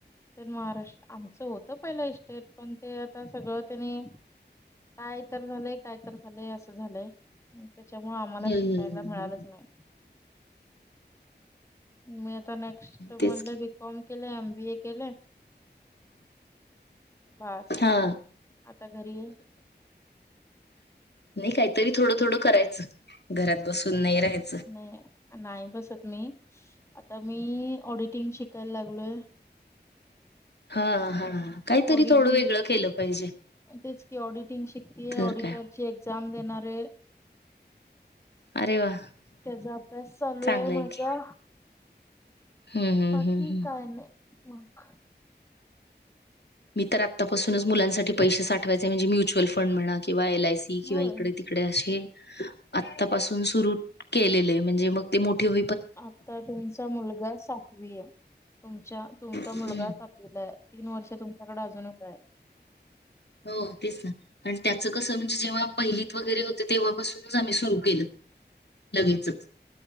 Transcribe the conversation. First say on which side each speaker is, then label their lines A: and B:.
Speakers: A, on the left; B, on the left.
A: महाराष्ट्र आमचं होतं पहिला इस्टेट पण ते आता सगळं त्यांनी काय तर झालंय काय तर झालंय असं झालंय त्याच्यामुळे आम्हाला
B: हम्म
A: शिकायला मिळालंच नाही. मी आता नेक्स्ट म्हणले
B: तेच की
A: बीकॉम केले एम बी ए केले. बस
B: हा
A: आता घरी आहे.
B: नाही काहीतरी थोडं थोडं करायचं घरात बसून नाही राहायचं.
A: नाही नाही बसत मी आता मी ऑडिटिंग शिकायला लागलोय.
B: हा हा काहीतरी
A: ऑडिटिंग,
B: थोडं वेगळं केलं पाहिजे
A: तेच की ऑडिटिंग शिकतीय,
B: तर
A: ऑडिटर
B: काय
A: ची एक्झाम देणारे.
B: अरे वा
A: त्याचा अभ्यास चालू
B: चांगलं
A: आहे माझा.
B: की हम्म हम्म
A: बाकी
B: हम्म हम्म
A: काय नाही मग.
B: मी तर आत्तापासूनच मुलांसाठी पैसे साठवायचे, म्हणजे म्युच्युअल फंड म्हणा किंवा एल आय सी किंवा
A: होय
B: इकडे इकडे असे, आतापासून सुर केलेले म्हणजे मग ते मोठी हो
A: आता तुमचा मुलगा सातवी आहे. तुमचा -तुमचा
B: हं.
A: मुलगा सात तुला तीन वर्ष तुमच्याकडे अजून वेळ हाय.
B: हो तेचना. आणि त्याचं कस म्हणजे जेव्हा पहिलीत वगैरे होते. तेव्हापासूनच आम्ही सुरू केलं. लगेचच